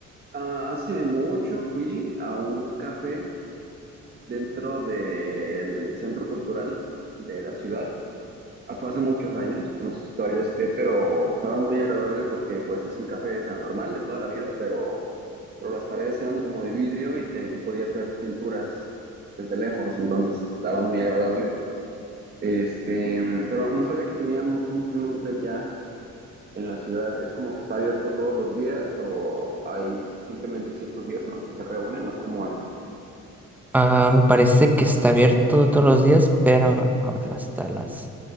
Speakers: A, on the right; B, in the centre.
A: ah, hace mucho fui a un café dentro del centro cultural de la ciudad hasta hace muchos años, no sé si todavía esté, pero estaba muy agradable porque pues es un café, o sea, normal de toda la vida, pero, pero las paredes eran como de vidrio y, te- y podías ver pinturas desde lejos, entonces estaba muy agradable. Este, pero no sabía que teníamos un club de jazz en la ciudad. ¿Es como que está abierto todos los días o hay simplemente ciertos días en los que se reúnen o cómo es?
B: Ah, me parece que está abierto todos los días, pero abren hasta las